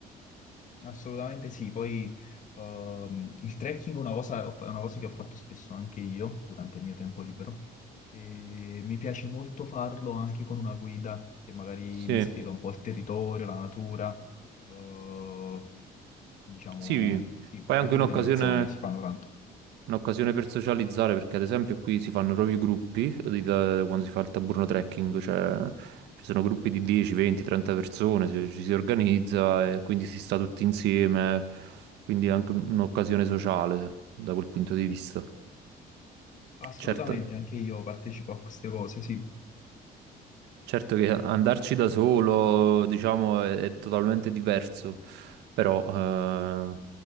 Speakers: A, on the left; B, on the right.
A: assolutamente sì. Poi ehm, il trekking è una cosa, è una cosa che ho fatto spesso anche io durante il mio tempo libero. E mi piace molto farlo anche con una guida che magari
B: Sì,
A: mi spiega un po' il territorio, la natura, eh, diciamo,
B: sì,
A: sì,
B: poi è
A: anche
B: anche un'occasione...
A: nelle mie zone si fanno tanto.
B: Un'occasione per socializzare perché ad esempio qui si fanno proprio i gruppi di- da- quando si fa il Taburno Trekking, cioè ci sono gruppi di 10, 20, 30 persone, ci, ci si organizza e quindi si sta tutti insieme, quindi è anche un- un'occasione sociale da quel punto di vista.
A: Assolutamente,
B: Certo,
A: anche io partecipo a queste cose, sì.
B: certo che andarci da solo, diciamo, è, è totalmente diverso, però eh,